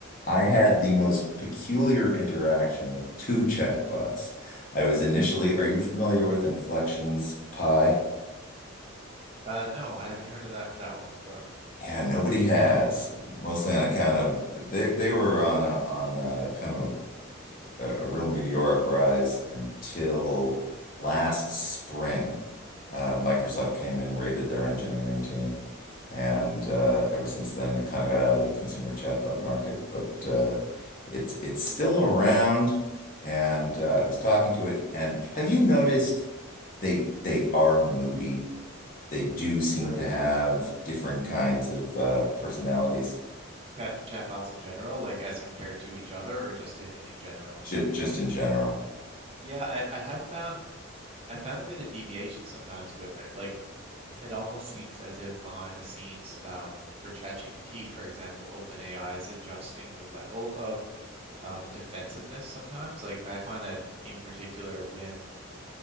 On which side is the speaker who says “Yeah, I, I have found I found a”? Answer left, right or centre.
Right